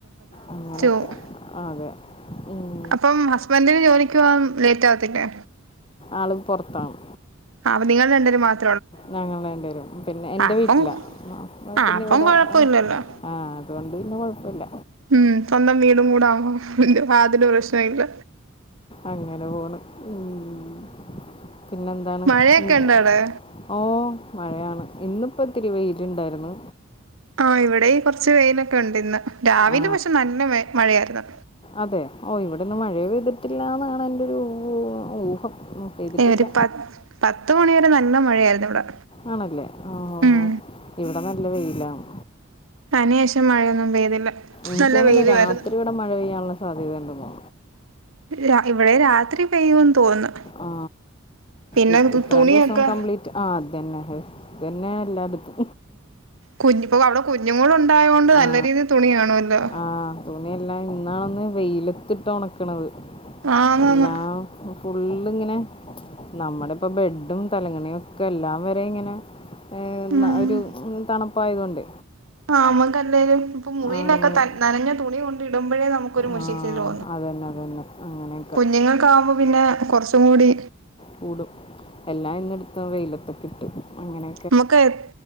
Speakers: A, on the left (about 25°); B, on the right (about 75°).
A: അങ്ങനെക്കെ
B: പോവും
A: അ അതെ ഉം
B: അപ്പം ഹസ്ബന്റിന് ജോലിക്കോവാൻ ലേറ്റ് ആവത്തില്ലേ
A: ആള് പൊർത്താണ്
B: ആ അപ്പ നിങ്ങൾ രണ്ടരു മാത്
A: ഞങ്ങൾ രണ്ടരും പിന്നെ എൻറെ
B: അപ്പം
A: വീട്ടില അപ്പൊ
B: ആ
A: പിന്നെ
B: അപ്പം
A: ഇവിടെ
B: കൊഴപ്പമില്ലല്ലോ
A: ആ അതുകൊണ്ട് പിന്നെ കൊഴപ്പല്ല
B: ഉം സ്വന്തം വീടും കൂടെ ആവുമ്പോ പിന്നെ യാതൊരു പ്രശ്നം ഇല്ല
A: അങ്ങനെ പോണ് ഉം പിന്നെന്താണ്
B: മഴയൊക്കെ
A: എന്താ
B: ഉണ്ടോ അവിടെ
A: ഓ മഴയാണ് ഇന്നിപ്പോത്തിരി വെയില്ണ്ടാര്ന്ന്
B: ആ ഇവിടെ ഈ കൊറച്ച് വെയിലൊക്കെ ഉണ്ട്ന്ന് രാവിലെ
A: ആ
B: പക്ഷെ നല്ല മയ് മഴയാരുന്നു
A: അതെ ഓ ഇവിടെന്ന് മഴേ പെയ്തിട്ടില്ലന്നാണ് എൻറരു ഊ ഊഹം പെയ്തിട്ടില്ല
B: ഏ ഒരു പ പത്ത് മണി വരെ നല്ല മഴയാരുന്നു ഇവിടെ
A: ആണല്ലേ ഓഹോ
B: ഉം
A: ഇവിടെ നല്ല വെയിലാണ്
B: അനിയേഷം മഴയൊന്നും പെയ്തില്ല
A: ഇൻക്യോന്ന്ണ്
B: നല്ല വെയിലുമായിരുന്നു
A: രാത്രി ഇവിടെ മഴ പെയ്യാനുള്ള സാധ്യത ഇണ്ടന്ന്
B: രാ ഇവിടെയും രാത്രി പെയ്യുന്ന് തോന്ന്
A: ആ
B: പിന്നെ
A: ഇ-
B: തു
A: ഇത്രയും
B: തുണിയൊക്കെ
A: ദിവസം കംപ്ലീറ്റ് ആ അതന്നെ തന്നെ എല്ലാട്ത്തും
B: കുഞ്പ്പോ അവിടെ കുഞ്ഞുടൊണ്ടായോണ്ട് നല്ല
A: ആ
B: രീതിയിൽ തുണികാണുവല്ലോ
A: ആ തുണിയെല്ലാം ഇന്നാണൊന്ന് വെയിലത്തിട്ട് ഉണക്കണത്
B: ആന്നാന്ന്
A: എല്ലാം ഫുള്ള്ങ്ങനെ നമ്മടെപ്പ ബെഡും തലങ്ങ്ണി ഒക്കെ എല്ലാം വരെ ഇങ്ങനെ ഏ ന്ന
B: ഉം
A: ഒരു തണുപ്പ് ആയതു കൊണ്ട്
B: ആ അമ്മക്ക് അല്ലേലും ഇപ്പ മുറിയിലൊക്കെ
A: അങ്ങനെ
B: ത നനഞ്ഞ തുണി കൊണ്ടെ ഇടുമ്പഴേ നമുക്ക് ഒരു മുഷിച്ചിൽ
A: ആ
B: ലോ
A: അതന്നെ അതന്നെ അങ്ങനെ
B: കുഞ്ഞുങ്ങൾക്ക് ആവുമ്പോ പിന്നെ കൊർച്ചും കൂടി
A: കൂടും എല്ലാം ഇന്ന് എടുത്ത് വെയിലത്ത്ക്ക് ഇട്ട് അങ്ങനെ
B: നമുക്ക് എത്